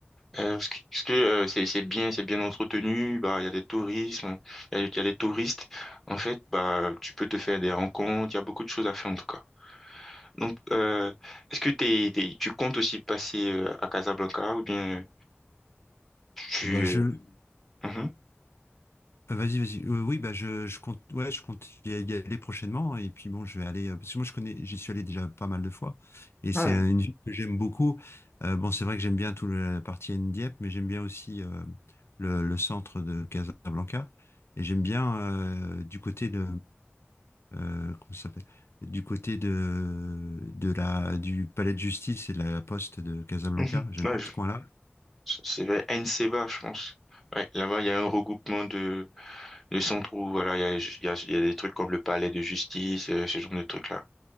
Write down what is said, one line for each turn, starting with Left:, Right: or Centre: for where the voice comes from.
Centre: Euh, parce que, parce que, euh, c'est, c'est bien, c'est bien entretenu, bah, il y a des tourismes, il y a, il y a des touristes. En fait, bah, tu peux te faire des rencontres, il y a beaucoup de choses à faire, en tout cas. Donc, euh, est-ce que t'es, t'es- tu comptes aussi passer, euh, à Casablanca, ou bien, euh, tu,
Left: Ah Bah, je,
Centre: euh, mhm.
Left: ah, vas-y, vas-y. Euh, oui, bah, je, je compte, ouais, je compte y y aller prochainement. hein, Et puis bon, je vais aller, euh, parce que moi, je connais, j'y suis allé déjà pas mal de fois. Et c'est
Centre: Ouais.
Left: un-
Centre: <laughs>
Left: une ville que j'aime beaucoup. Euh, bon, c'est vrai que j'aime bien toute la partie Dieppe, mais j'aime bien aussi euh, le, le centre de Casablanca. Et j'aime bien euh, du côté de euh, comment ça s'appelle, du côté de, de la, du palais de justice et de la poste de Casablanca.
Centre: Mhm.
Left: J'aime
Centre: Ouais,
Left: bien
Centre: je
Left: ce coin-là.
Centre: C'est vers Nseba, je pense. Ouais, là-bas, il y a un regroupement de, de centres où, voilà, il y a, il y a, il y a des trucs comme le palais de justice, euh, ce genre de trucs-là.